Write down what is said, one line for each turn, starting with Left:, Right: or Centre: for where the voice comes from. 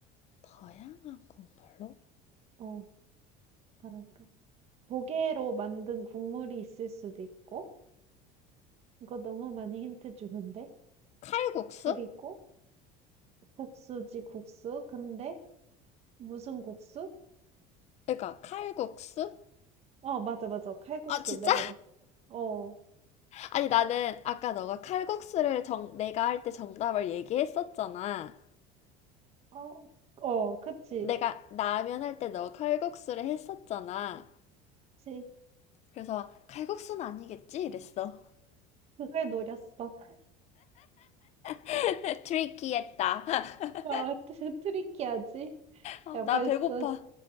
Left: 다양한 국물로?
Right: 어, 뭐랄까. 조개로 만든 국물이 있을 수도 있고, 이거 너무 많이 힌트 주는데?
Left: 칼국수?
Right: 그리고 국수지, 국수. 근데 무슨 국수?
Left: 그러니까 칼국수?
Right: 어, 맞아, 맞아. 칼국수.
Left: 아, 진짜?
Right: 내가, 뭐- 어,
Left: 아니, 나는 아까 너가 칼국수를 정, 내가 할 때 정답을 얘기했었잖아.
Right: 어, 어, 그치.
Left: 내가 라면 할 때 너 칼국수를 했었잖아.
Right: 그치.
Left: 그래서 칼국수는 아니겠지? 이랬어.
Right: 그걸 노렸어. <laughs>
Left: <laughs> 트리키했다. <laughs>
Right: 어, 트- 트리키하지?
Left: 어,
Right: 야, 벌써,
Left: 나 배고파.